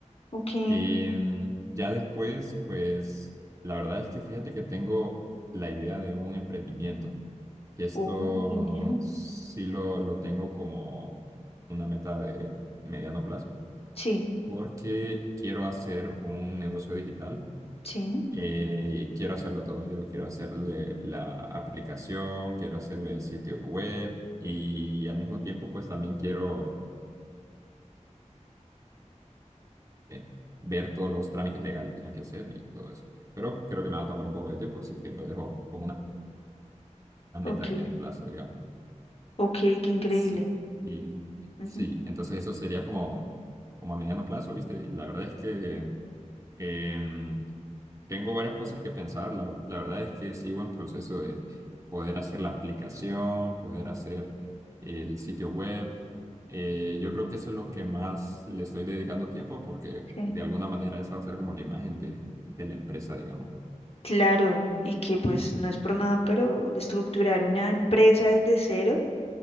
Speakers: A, on the left; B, on the right.
A: Ok.
B: Em, ya después, pues la verdad es que fíjate que tengo la idea de un emprendimiento. Y esto
A: Oh, genial.
B: sí lo, lo tengo como una meta de mediano plazo,
A: Sí.
B: porque quiero hacer un negocio digital.
A: Sí.
B: Eh, quiero hacerlo todo yo, quiero hacerle la aplicación, quiero hacerle el sitio web y al mismo tiempo, pues también quiero eh, ver todos los trámites legales que tenga que hacer y todo eso. Pero creo que me va a tomar un poco de tiempo, así que lo dejo como una meta
A: Ok.
B: de mediano plazo, digamos.
A: Ok, qué increíble.
B: Sí, y
A: ujú,
B: sí, entonces eso sería como, como a mediano plazo, ¿viste? Y la verdad es que em, Tengo varias cosas que pensar. La, la verdad es que sigo en proceso de poder hacer la aplicación, poder hacer el sitio web. Eh, yo creo que eso es lo que más le estoy dedicando tiempo porque
A: sí.
B: de alguna manera esa va a ser como la imagen de, de la empresa, digamos.
A: Claro, y que pues no es por nada, pero estructurar una empresa desde cero,